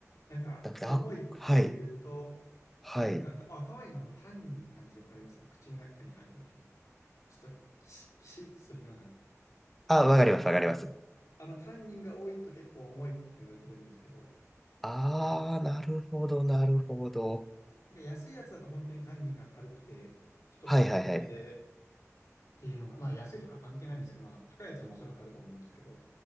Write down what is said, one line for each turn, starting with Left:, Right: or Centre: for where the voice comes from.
Left: なんか重いって言うと、
Centre: なくて、あ、はい、はい。
Left: た、なんか赤ワインのあのタンニンの感じ分かりますか口の中に入った時に、ちょっとキシ、キシッとするような。
Centre: あ、わかります、わかります。
Left: あのタンニンが多いと結構重いって言われてるんですけど、
Centre: あー、なるほど、なるほど。
Left: なんか安いやつだと本当にタンニンが軽くて、ちょっと酸っぱめで、
Centre: はいはいはい。
Left: っていうのが、まあ安いとか関係ないんですけど、まあ高いやつにもおそらくあると思うんですけど、